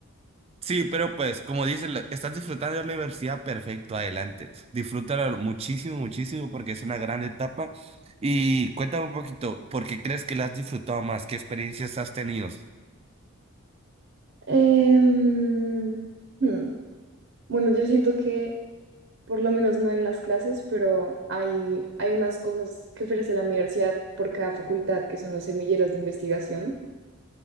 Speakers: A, on the right; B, on the right.
A: Sí, pero pues, como dices la- estás disfrutando de la universidad, perfecto, adelante. Disfrútala muchísimo, muchísimo, porque es una gran etapa. Y cuéntame un poquito, ¿por qué crees que la has disfrutado más? ¿Qué experiencias has tenido?
B: Em, hmm, Bueno, yo siento que, por lo menos no en las clases, pero hay, hay unas cosas que ofrece la universidad por cada facultad, que son los semilleros de investigación.